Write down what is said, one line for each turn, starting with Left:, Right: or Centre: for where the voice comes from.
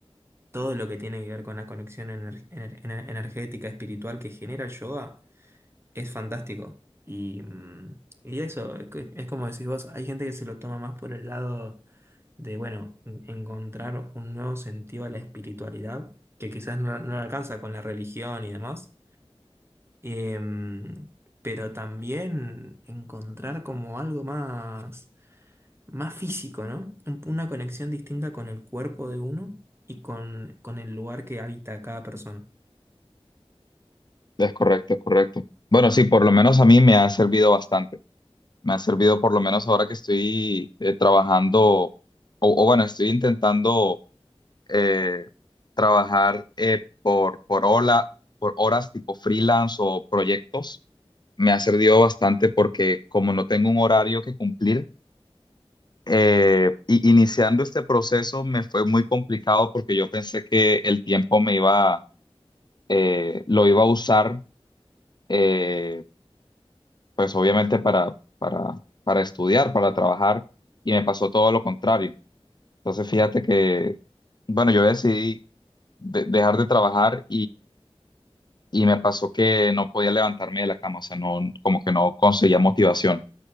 Right: todo lo que tiene que ver con la conexión ener- ener- ener- energética, espiritual que genera el yoga es fantástico. Y, mm, y eso, es que- es como decís vos, hay gente que se lo toma más por el lado de, bueno, en- encontrar un nuevo sentido a la espiritualidad, que quizás no, no alcanza con la religión y demás. Em, pero también encontrar como algo más, más físico, ¿no? Un- Una conexión distinta con el cuerpo de uno y con, con el lugar que habita cada persona.
Left: Es correcto, es correcto. Bueno, sí, por lo menos a mí me ha servido bastante. Me ha servido por lo menos ahora que estoy eh, trabajando, o o bueno, estoy intentando eh, trabajar eh, por, por, hola- por horas tipo freelance o proyectos me ha servido bastante porque como no tengo un horario que cumplir, eh, y iniciando este proceso me fue muy complicado porque yo pensé que el tiempo me iba, eh, lo iba a usar, eh, pues obviamente para, para, para estudiar, para trabajar, y me pasó todo lo contrario. Entonces fíjate que, bueno, yo decidí de- dejar de trabajar y me pasó que no podía levantarme de la cama, o sea, no, como que no conseguía motivación.